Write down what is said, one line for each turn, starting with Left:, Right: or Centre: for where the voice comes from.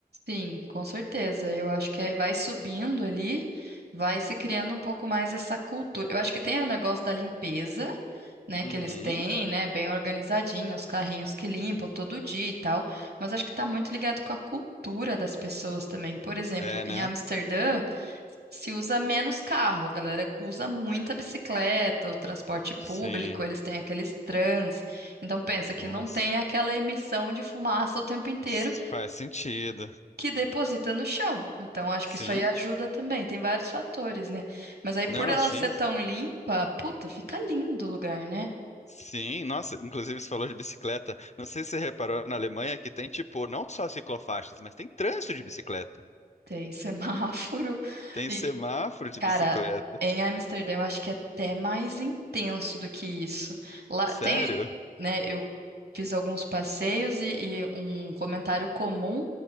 Right: Sim, com certeza. Eu acho que aí vai subindo ali, vai se criando um pouco mais essa cultura. Eu acho que tem o negócio da limpeza, né,
Left: Uhum.
Right: que eles têm, né, bem organizadinho, os carrinhos que limpam todo dia e tal, mas acho que tá muito ligado com a cultura das pessoas também. Por exemplo,
Left: É,
Right: em
Left: né?
Right: Amsterdã, se usa menos carro, a galera usa muita bicicleta, o transporte público,
Left: Sim.
Right: eles têm aqueles trans. Então pensa que
Left: Nossa.
Right: não tem aquela emissão de fumaça o tempo inteiro
Left: S- Faz sentido.
Right: que deposita no chão. Então, acho
Left: Sim.
Right: que isso aí ajuda também. Tem vários fatores, né? Mas aí, por
Left: Não,
Right: ela
Left: sim.
Right: ser tão limpa, puta, fica lindo o lugar, né?
Left: Sim, nossa, inclusive você falou de bicicleta. Não sei se você reparou na Alemanha que tem, tipo, não só ciclofaixas, mas tem trânsito de bicicleta.
Right: Tem semáforo. <laughs>
Left: Tem
Right: E,
Left: semáforo de
Right: cara,
Left: bicicleta.
Right: em Amsterdã, eu acho que é até mais intenso do que isso. Lá
Left: Sério?
Right: tem, né? Eu fiz alguns passeios e, e um comentário comum